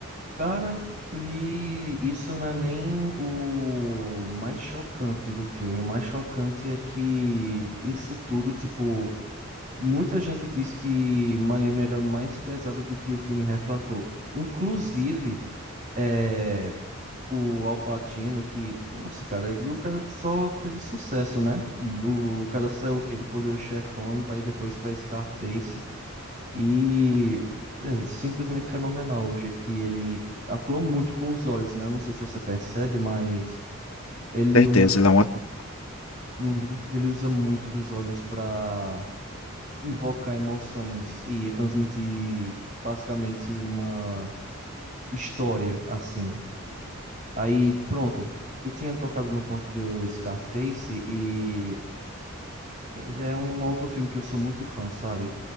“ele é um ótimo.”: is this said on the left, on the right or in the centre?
Left